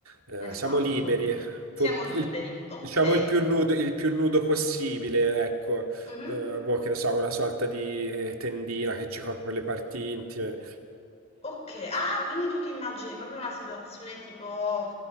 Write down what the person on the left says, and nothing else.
esatto.
Siamo
liberi,
okay.
Mh-mh.
Okay, ah quindi tu ti immagini proprio una situazione tipo